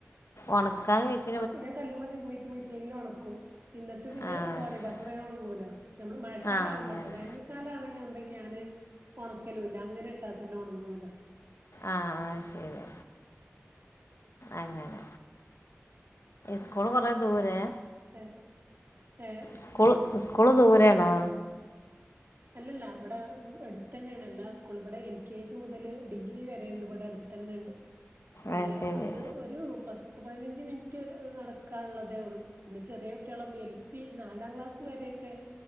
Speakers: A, on the left; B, on the right.
A: ഒണക്കാ മിഷി-
B: ഒണക്ക ഞാൻ കല്ലുമ്മെ തിരുമീട്ട് മിഷീനിലോണക്കും ഇന്ന്ട്ട് പിന്നെ
A: ആ
B: തോരടും
A: ശ-
B: അപ്പൊ വേഗം ഒണങ്ങൂലോ. ഞമ്മള് മഴക്കാലാകുമ്പൊട്ടോ.
A: ആ അങ്ങനെ
B: വേനൽക്കാ- ലാണ്ന്ന്ണ്ടങ്കി ഞാന് ഒണക്കലൂല്ല അങ്ങനെട്ടാതന്നെ ഒണങ്ങോല്ലൊ.
A: ആഹ് അത്ശെരി. അങ്ങനെ സ്കൂള് കൊറെ ദൂരെ?
B: എ ഏഹ്?
A: സ്കൂള് സ്കൂള് ദൂരെണോ?
B: അല്ലല്ല വടെ അടുത്തതന്നെണ് എല്ലാ സ്കൂളും ഇവടെ എൽ കെ ജി മുതല് ഡിഗ്രി വരെണ്ട് ഇവിടെ അടുത്തന്നെണ്ട്. ഏഹ്
A: ആ ശരി
B: അത് ഒരു പത്ത്പതിനഞ്ച് മിനിറ്റ് നടക്കാള്ളതേള്ളൂ. പിന്നെ ചെറിയ കുട്ടികളാ ഈ എൽ പി നാലാം ക്ലാസ് വരെക്കെ